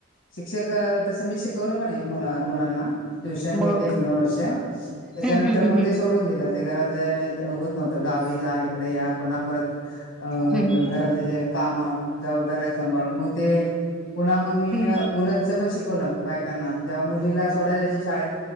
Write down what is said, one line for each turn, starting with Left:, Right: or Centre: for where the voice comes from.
Left: शिक्षक तस मी शिकवलं पण आहे मु मुलांना ट्युशन
Centre: मग
Left: घेतले एक दोन वर्ष त्याच्यानंतर
Centre: हम्म हम्म हम्म
Left: मग ते सोडून दिलं ते घरात होत नव्हत गावी जा इकडे या पुन्हा परत अ
Centre: हम्म
Left: घरातले जे काम जबाबदारी्या सांभाळून मग ते पुन्हा मग मी
Centre: हम्म
Left: उलनच पण शिकवलं बायकांना जेव्हा मुलीला सोडायला जायचे शाळेत